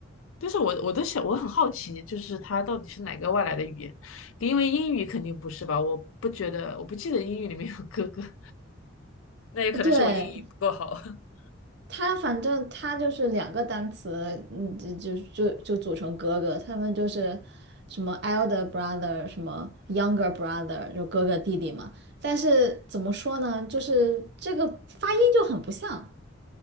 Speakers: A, on the left (about 85°); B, on the right (about 60°).
A: 但是我我都想，我很好奇，就是它到底是哪个外来的语言？因为英语肯定不是吧？我不觉得，我不记得英语里面有哥哥，<laughs> 那也可能是我英语不够好。
B: 对，
A: <laughs>
B: 他反正他就是两个单词，嗯，就就就就组成哥哥，他们就是什么 elder brother，什么 younger brother，就哥哥弟弟嘛。但是怎么说呢，就是这个发音就很不像。